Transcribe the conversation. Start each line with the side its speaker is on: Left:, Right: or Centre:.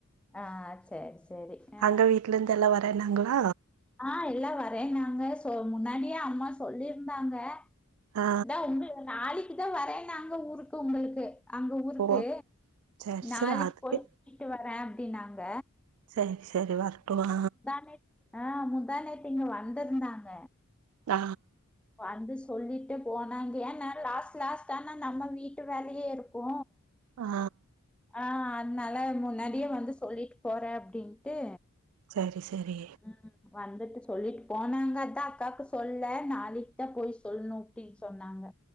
Centre: ஆ சரி சரி ஆ
Right: அங்க வீட்ல இருந்து எல்லா வரேன்னாங்களா
Centre: ஆ எல்லா வரேன்னாங்க சோ முன்னாடியே அம்மா சொல்லியிருந்தாங்க
Right: ஆ
Centre: இந்தா உங்க நாளைக்கு தா வரேன்னாங்க ஊருக்கு உங்களுக்கு அங்க ஊருக்கு
Right: ஓ சேரி
Centre: நாளைக்கு
Right: சேரி அதுக்கு
Centre: போய் கூட்டிடுவரே அப்டினாங்க
Right: சரி சரி வரட்டு வா
Centre: நேத்து ஆ முந்தா நேத்து இங்க வந்திருந்தாங்க
Right: ஆ
Centre: வந்து சொல்லிட்டு போனாங்க ஏன்னா லாஸ்ட் லாஸ்ட் ஆனா நம்ம வீட்டு வேலையே இருக்கு
Right: ஆ
Centre: ஆ அதுனால முன்னாடியே வந்து சொல்லிட்டு போறே அப்டின்ட்டு
Right: சரி சரி
Centre: ம் வந்துட்டு சொல்லிட்டு போனாங்கதா அக்காக்கு சொல்ல நாளைக்குதா போய் சொல்ணு அப்டி சொன்னாங்க